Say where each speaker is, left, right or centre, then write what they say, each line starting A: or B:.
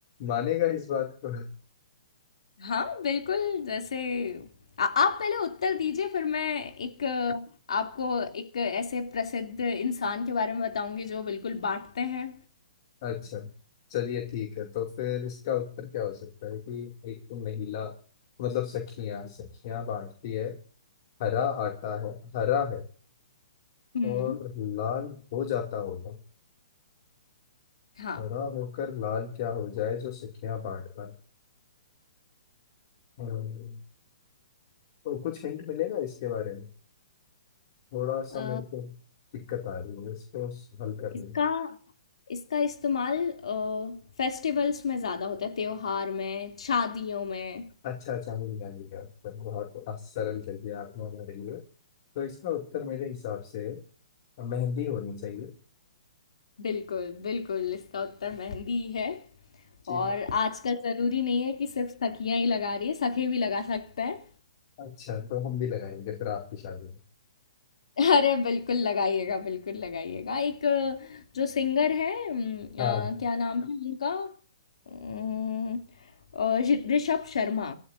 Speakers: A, on the left; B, on the left.
A: मानेगा इस बात को
B: हाँ बिल्कुल जैसे आ, आप पहले उत्तर दीजिए फिर मैं एक अ, आपको एक ऐसे प्रसिद्ध इंसान के बारे में बताऊंगी जो बिल्कुल बांटते हैं
A: अच्छा चलिए ठीक है तो फिर इसका उत्तर क्या हो सकता है कि एक तो महिला मतलब सखियां सखियां बांटती है हरा आटा है हरा है
B: हम्म
A: और लाल हो जाता होगा
B: हाँ
A: हरा होकर लाल क्या हो जाए जो सखियां बांट पाए हम्म, तो कुछ हिंट मिलेगा इसके बारे में थोड़ा सा
B: अ,
A: मेरे को दिक्कत आ रही है इसको हल करने
B: इसका
A: में
B: इसका इस्तेमाल फेस्टिवल्स में ज़्यादा होता है त्योहार में शादियों में
A: अच्छा अच्छा मिल गया मिल गया उत्तर बहुत आ- सरल कर दिया आपने हमारे लिए तो इसका उत्तर मेरे हिसाब से मेहंदी होनी चाहिए
B: बिल्कुल बिल्कुल इसका उत्तर मेहंदी है
A: जी
B: और आजकल ज़रूरी नहीं है कि सिर्फ सखियां ही लगा रही है सखे भी लगा सकते हैं
A: अच्छा तो हम भी लगाएंगे फिर आपकी शादी में
B: अरे बिल्कुल लगाइएगा बिल्कुल लगाइएगा एक अ, जो सिंगर है अम, अ,
A: हाँ हाँ,
B: क्या नाम है उनका अम, अ, ऋ- ऋषभ शर्मा